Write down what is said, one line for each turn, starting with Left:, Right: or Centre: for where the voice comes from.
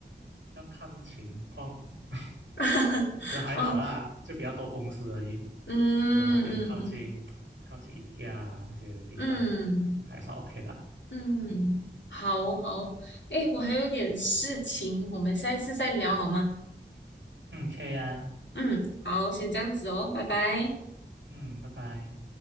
Right: 要看情况，<laughs>
Left: <laughs>
Right: 觉得还好啦，
Left: 嗯
Right: 就比较多公司而已。
Left: 嗯嗯嗯。
Right: 至少那边靠近靠近 i k 那些地方，
Left: 嗯
Right: 还算 OK 啦。
Left: 嗯，
Right: 嗯
Left: 好好，诶，我还有点事情，我们下一次再聊好吗？
Right: 嗯，可以啊。
Left: 嗯，好，先这样子哦，拜拜。
Right: 嗯，拜拜。